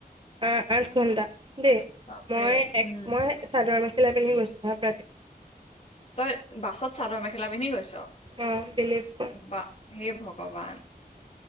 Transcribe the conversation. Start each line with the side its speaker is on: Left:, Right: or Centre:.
Right: অ আঠ ঘণ্টা দেই
Left: বাপৰে
Right: মই এক
Left: উম
Right: মই চাদৰ মেখি খিল পিন্ধ গৈছোাত
Left: তই বাছত, চাদৰ -মেখেলা পিন্ধি গৈছ
Right: অ বিলিভ কৰ
Left: বা? হে -ভগৱান